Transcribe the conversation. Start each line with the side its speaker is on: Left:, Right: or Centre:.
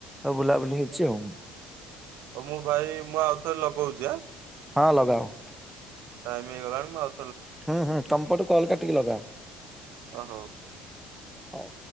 Centre: ସବୁ ବୁଲାବୁଲି ହେଇଛି ଆଉ
Right: ହଉ ମୁଁ ଭାଇ ମୁଁ ଆଉଥରେ ଲଗଉଛି ଆ
Centre: ହଁ ଲଗାଅ।
Right: ଟାଇମ ହେଇଗଲାଣି ମୁଁ ଆଉ
Centre: ହଁ ହଁ ତମପଟୁ କଲ କାଟିକି ଲଗା।
Right: ଓ ହୋଉ
Centre: ହଉ।